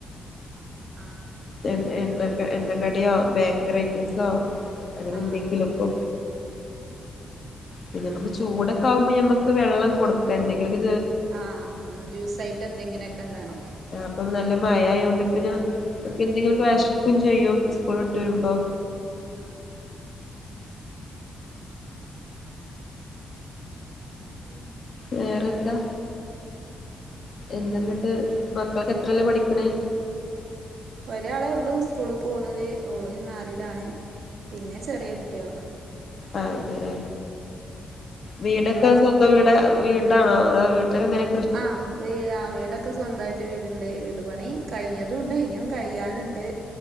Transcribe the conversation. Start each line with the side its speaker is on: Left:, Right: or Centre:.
Right: ആഹ് ആഹ്
Left: എ എണ്ണ എണ്ണ കടിയോ ബേക്കറി ഐറ്റംസൊ അങ്ങനെ
Right: ആഹ്
Left: എന്തെങ്കിലും ഒക്കെ
Right: ആഹ്
Left: പിന്ന നമുക്ക് ചൂടൊക്കെ ആകുമ്പോ നമുക്ക് വെള്ളം കൊടുക്കാ എന്തെങ്കിലൊ
Right: ആഹ് ജ്യൂസായിട്ട് എന്തെങ്കനെക്കെ ഉണ്ടാവണം
Left: അപ്പൊ നല്ല മഴ ആയോണ്ട് പിന്നെ അവർക്ക് എന്തെങ്കിലുമൊക്കെ
Right: ആഹ്
Left: വിശകും
Right: അത്
Left: ചെയ്യും സ്കൂള് വിട്ട് വരുമ്പോ
Right: ആഹ് ആഹ് പിന്നെ
Left: വേറെന്താ എന്തങ്ങട്ട് മക്കളൊക്കെ എത്രലാ പഠിക്കണേ
Right: ഒരാളേ ഉള്ളു സ്കൂളീ പോണത് ഓള് നാലിലാണ് പിന്നെ ചെറിയ കുട്ട്യാളാ
Left: ആഹ് അതേലെ വീടൊക്കെ
Right: ഇങ്ങളെ മക്ക
Left: സ്വന്തം ടാ വീടാണോ അതൊ വീട്ടിലങ്ങനെ
Right: ആഹ് വേ ആഹ് വീട ഒക്കെ സ്വന്തായിട്ട് വീടുണ്ട് വീട് പണി കഴിഞ്ഞതും ഉണ്ട് ഇനിയും കഴിയാൻണ്ട്